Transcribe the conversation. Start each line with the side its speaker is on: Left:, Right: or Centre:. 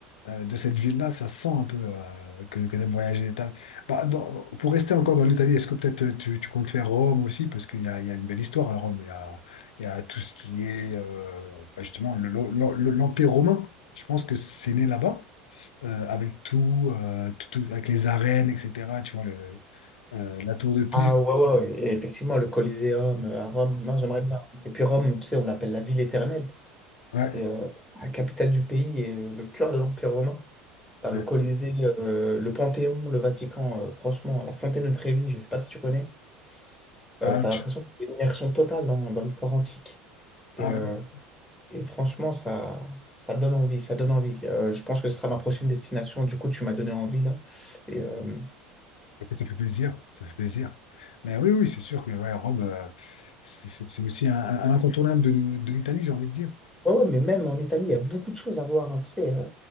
Left: euh, de cette ville-là, ça sent un peu euh, que, que t'aimes voyager. T'as- Bah, dans- pour rester encore dans l'Italie, est-ce que peut-être euh, tu, tu comptes faire Rome aussi? Parce qu'il y a, il y a une belle histoire à Rome. Il y a, il y a tout ce qui est euh, bah, justement le- le- le- l'Empire romain. Je pense que c'est né là-bas, euh, avec tout, euh, tout- tout- avec les arènes, etc. Tu vois, le, euh, la tour de Pise.
Centre: Ah ouais, ouais, ouais. Et effectivement, le Coliseum euh, à Rome, non, j'aimerais bien. Et puis Rome, tu sais, on l'appelle la ville éternelle.
Left: Ouais,
Centre: C'est euh, la capitale du pays et euh, le cœur de l'Empire romain. T'as le
Left: ouais.
Centre: Colisée, euh, le Panthéon, le Vatican, euh, franchement, la Fontaine de Trévi, je sais pas si tu connais.
Left: Ah,
Centre: Euh, t'as
Left: je-
Centre: l'impression que c'est une immersion totale dans, dans l'histoire antique. Et,
Left: ah,
Centre: euh,
Left: ouais.
Centre: et franchement, ça, ça donne envie, ça donne envie. Euh, je pense que ce sera ma prochaine destination. Du coup, tu m'as donné envie là. Et, euh,
Left: Ça fait plaisir, ça fait plaisir. Mais oui, oui, c'est sûr que ouais, Rome, euh, c'est c'est- c'est aussi un, un incontournable de l'I- de l'Italie, j'ai envie de dire.
Centre: Ouais, ouais, mais même en Italie, il y a beaucoup de choses à voir. hein. Tu sais, euh,